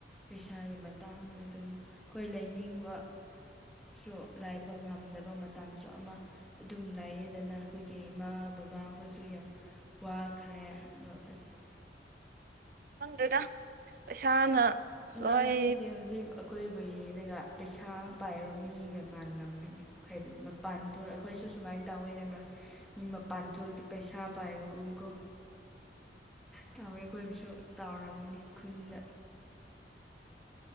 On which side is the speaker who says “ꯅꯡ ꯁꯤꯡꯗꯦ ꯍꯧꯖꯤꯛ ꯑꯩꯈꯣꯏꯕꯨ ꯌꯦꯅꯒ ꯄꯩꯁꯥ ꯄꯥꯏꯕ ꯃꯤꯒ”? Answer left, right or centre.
Centre